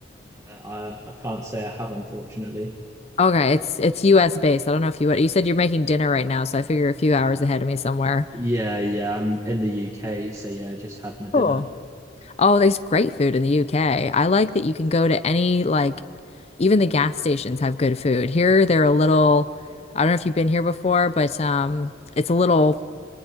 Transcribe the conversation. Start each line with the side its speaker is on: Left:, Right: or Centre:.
Right: Uh, I I can't say I have, unfortunately.
Left: Okay, it's it's US based. I don't know if you would. You said you're making dinner right now, so I figure a few hours ahead of me somewhere.
Right: Yeah, yeah. I'm in the UK, so yeah, I just had my dinner.
Left: Cool. Oh, there's great food in the UK. I like that you can go to any like even the gas stations have good food. Here they're a little I don't know if you've been here before, but um it's a little